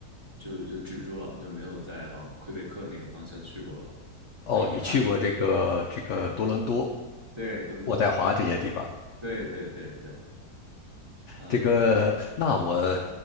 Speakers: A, on the right; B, on the left.
A: 就就止住了，就没有再往魁北克那个方向去过了，很遗憾。
B: 哦，你去过这个这个多伦多、
A: 对对，多伦多包，
B: 渥太华这些地方。
A: 对对对对，嗯，
B: 这个，那我